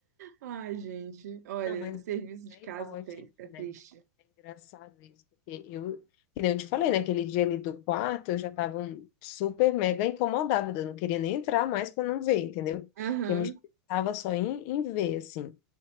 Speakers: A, on the right (about 70°); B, on the left (about 50°).
A: Ai, gente, olha,
B: Não, mas
A: serviço
B: não
A: de
B: é
A: casa
B: igual a
A: tri-
B: gente,
A: é triste.
B: né? É engraçado isso, porque eu, que nem eu te falei, naquele dia ali do quarto, eu já tava um- super mega incomodada, eu não queria nem entrar mais para não ver, entendeu?
A: Aham,
B: Porque eu me estava só em, em ver, assim.